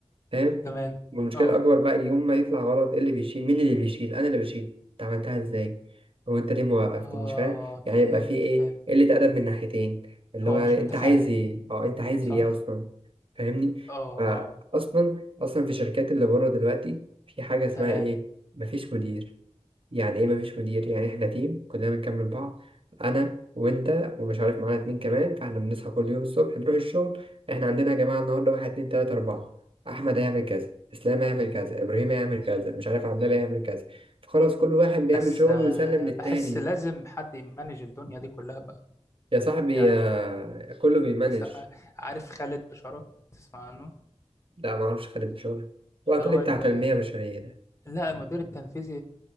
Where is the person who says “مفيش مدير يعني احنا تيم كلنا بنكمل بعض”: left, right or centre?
Right